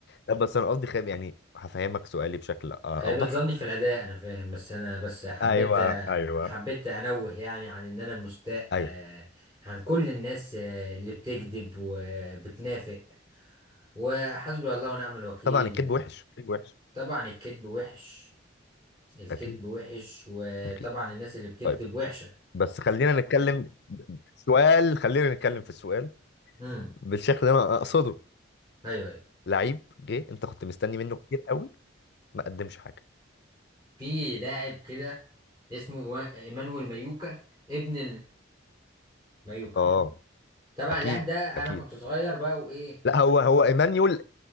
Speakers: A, on the left (about 55°); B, on the right (about 20°).
A: لا بس انا قصدي خاب يعني هفهمك سؤالي بشكل أ- اوضح
B: خيبة ظني في الأداء أنا فاهم بس أنا بس حبيت
A: ايوه ايوه
B: حبيت أنوه يعني عن إن أنا مستاء
A: ايوه
B: آه، عن كل الناس آه، اللي بتكذب وبتنافق وحسبي الله ونعم الوكيل
A: طبعا الكذب وحش الكذب وحش
B: طبعا الكذب وحش الكذب
A: اكيد
B: وحش وطبعا
A: اكيد
B: الناس اللي بتكذب
A: طيب
B: وحشة
A: بس خلينا نتكلم سؤال خلينا نتكلم في السؤال
B: امم
A: بالشكل اللي انا اقصده
B: أيوه أيوه
A: لعيب جه انت كنت مستني منه كتير قوي ما قدمش حاجه
B: في لاعب كده اسمه إيوا- إيمانويل مايوكا ابن المايوكا
A: اه
B: طبعا
A: اكيد
B: اللاعب ده
A: اكيد
B: انا كنت صغير بقى وايه
A: لا هو هو ايمانيول